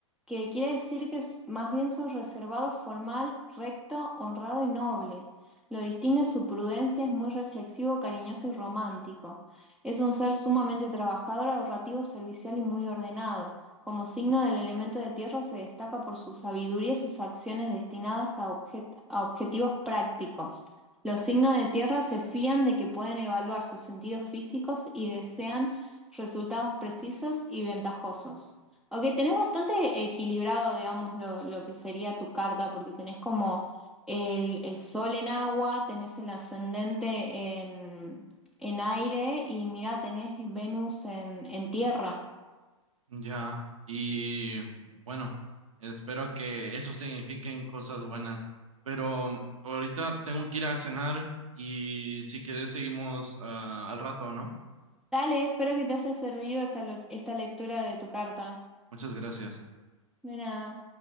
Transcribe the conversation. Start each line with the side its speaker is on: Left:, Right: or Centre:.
Centre: que quiere decir que es- más bien sos reservado, formal, recto, honrado y noble. Lo distingue su prudencia, es muy reflexivo, cariñoso y romántico. Es un ser sumamente trabajador, ahorrativo, servicial y muy ordenado. Como signo del elemento de tierra se destaca por su sabiduría y sus acciones destinadas a, objet- a objetivos prácticos. Los signos de tierra se fían de que pueden evaluar sus sentidos físicos y desean resultados precisos y ventajosos. Ok, tenés bastante equilibrado, digamos, lo, lo que sería tu carta, porque tenés como el, el sol en agua, tenés el ascendente en, en aire y mirá, tenés Venus en, en tierra.
Right: Ya, y bueno, espero que eso signifiquen cosas buenas, pero ahorita tengo que ir a cenar y si quieres seguimos ah, al rato, ¿no?
Centre: Dale, espero que te haya servido esta, lo- esta lectura de tu carta.
Right: Muchas gracias.
Centre: De nada.